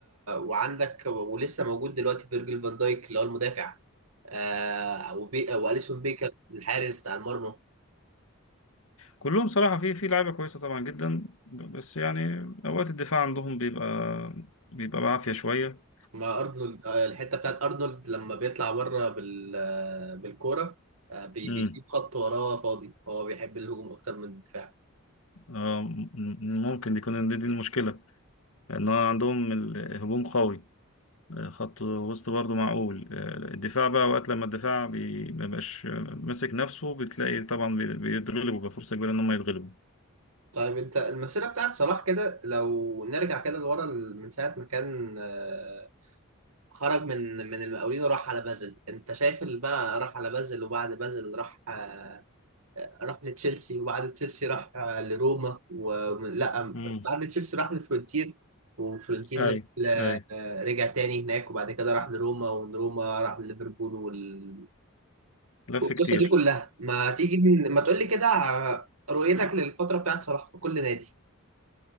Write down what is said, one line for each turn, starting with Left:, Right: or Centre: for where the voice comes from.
Right: وعندك ولسه موجود دلوقتي فيرجيل فان دايك اللي هو المدافع آه وبي... واليسون بيكر الحارس بتاع المرمى
Left: كلهم صراحة في في لعيبة كويسة طبعا جدا بس يعني أوقات الدفاع عندهم بيبقى بيبقى بعافية شوية
Right: مع ارنولد آه، الحته بتاعت ارنولد لما بيطلع بره بال آه، بالكوره آه، بي-
Left: امم
Right: بيسيب خط وراه فاضي هو بيحب الهجوم اكتر من الدفاع
Left: آه، م- م- ممكن دي يكون دي دي المشكلة إن هو عندهم الهجوم قوي آه، خط وسط برضه معقول آه، الدفاع بقى وقت لما الدفاع بي- ما بقاش آه، ماسك نفسه بتلاقي طبعا بي- بيتغلبوا بقى فرصة كبيرة إن هم يتغلبوا
Right: طيب انت المسيره بتاعت صلاح كده لو نرجع كده لورا ال- من ساعه ما كان آه، خرج من من المقاولين وراح على بازل انت شايف اللي بقى راح على بازل وبعد بازل راح آه، راح لتشيلسي وبعد تشيلسي راح آه، لروما ولا
Left: امم
Right: بعد تشيلسي راح لفلورنتين وفلورنتين
Left: أي
Right: راح ل-
Left: أي
Right: آه، رجع تاني هناك وبعد كده راح لروما ومن روما راح لليفربول وال...
Left: لف
Right: والقصة
Left: كتير
Right: دي كلها ما تيجي ن- ما تقول لي كده ع- رؤيتك للفترة بتاعت صلاح في كل نادي